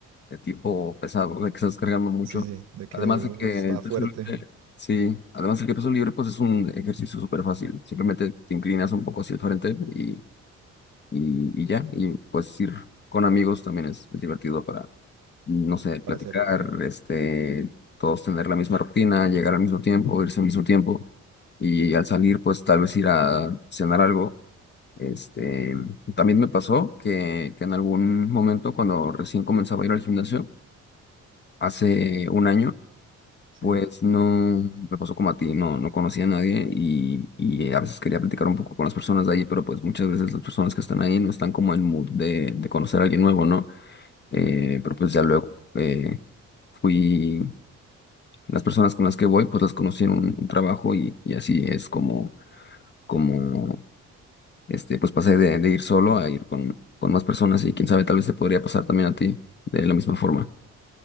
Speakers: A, on the left; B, on the right.
A: de tipo pesado, de que estás cargando mucho.
B: Sí, sí, de que
A: Además
B: uno
A: de que
B: está
A: el peso
B: fuerte
A: libre, sí, además de que el peso libre, pues es un ejercicio súper fácil. Simplemente te inclinas un poco hacia el frente y, y, y ya. Y pues ir con amigos también es, es divertido para, no sé, platicar,
B: para hacerlo, sí.
A: este, todos tener la misma rutina, llegar al mismo tiempo, irse al mismo tiempo. Y al salir, pues tal vez ir a cenar algo. Este, también me pasó que, que en algún momento, cuando recién comenzaba a ir al gimnasio, hace un año,
B: Sí,
A: pues no me pasó como a ti, no, no conocía a nadie y, y a veces quería platicar un poco con las personas de ahí, pero pues muchas veces las personas que están ahí no están como en mood de, de conocer a alguien nuevo, ¿no? Eh, pero pues ya
B: sí,
A: luego
B: sí.
A: eh, fui, las personas con las que voy, pues las conocí en un, un trabajo y, y así es como, como, este, pues pasé de, de ir solo a ir con, con más personas y quién sabe, tal vez te podría pasar también a ti de la misma forma.